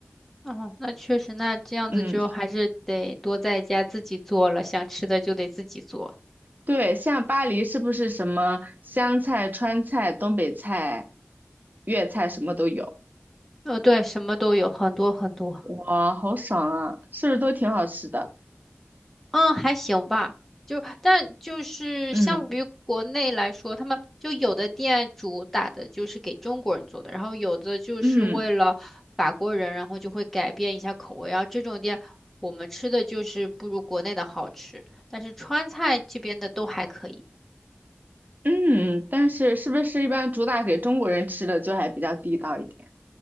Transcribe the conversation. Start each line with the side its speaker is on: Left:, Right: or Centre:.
Centre: 哦，那确实，那这样子就还是得多在家自己做了，
Right: 嗯，
Centre: 想吃的就得自己做。
Right: 对，像巴黎是不是什么湘菜、川菜、东北菜、粤菜什么都有？
Centre: 呃，对，什么都有，很多很多。
Right: 哇，好爽啊！是不是都挺好吃的？
Centre: 嗯，还行吧。就但就是相比于国内来说，
Right: 嗯
Centre: 他们就有的店主打的就是给中国人做的，然后有的就是为了法国人，
Right: 嗯。
Centre: 然后就会改变一下口味。然后这种店我们吃的就是不如国内的好吃，但是川菜这边的都还可以。
Right: 嗯，但是是不是一般主打给中国人吃的就还比较地道一点？